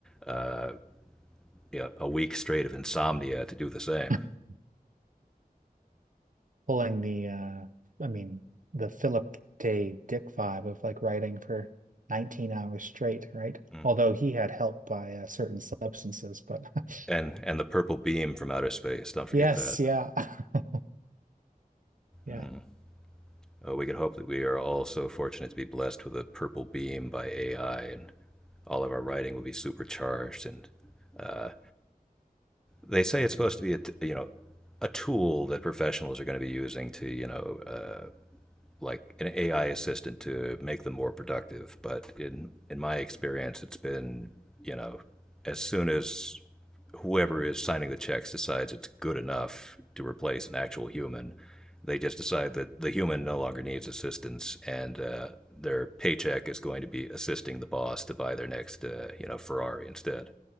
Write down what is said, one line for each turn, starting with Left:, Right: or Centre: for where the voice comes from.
Centre: uh, you know, a week straight of insomnia to do the same.
Right: <laughs> Pulling the uh I mean the Philip K. Dick vibe of like writing for 19 hours straight, right?
Centre: Mm.
Right: Although he had help by uh, certain substances, but <laughs>
Centre: And and the purple beam from outer space, don't forget
Right: yes,
Centre: that.
Right: yeah. <laughs> Yeah.
Centre: Mm. Uh, we can hope that we are all so fortunate to be blessed with a purple beam by AI, and all of our writing will be supercharged. And uh, they say it's supposed to be a you know a tool that professionals are going to be using to you know uh, like an AI assistant to make them more productive. But in in my experience, it's been you know as soon as whoever is signing the checks decides it's good enough to replace an actual human, they just decide that the human no longer needs assistance and uh, their paycheck is going to be assisting the boss to buy their next uh, you know Ferrari instead.